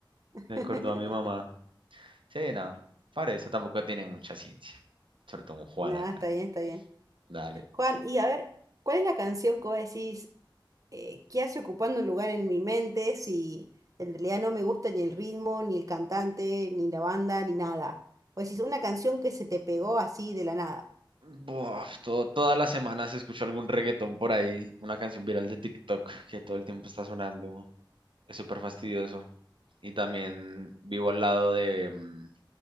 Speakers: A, on the right; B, on the right.
A: <laughs>
B: Me acordó a mi mamá. Sí, no. Para eso tampoco tiene mucha ciencia. Sobre todo un Juan
A: Nada,
B: acá.
A: está bien, está bien.
B: Dale.
A: Juan, y a ver, ¿cuál es la canción que vos decís eh, que hace ocupando un lugar en mi mente si en realidad no me gusta ni el ritmo, ni el cantante, ni la banda, ni nada? O decís, una canción que se te pegó así de la nada.
B: Buah, todo- todas las semanas escucho algún reggaetón por ahí, una canción viral de TikTok que todo el tiempo está sonando. Es súper fastidioso. Y también vivo al lado de mm,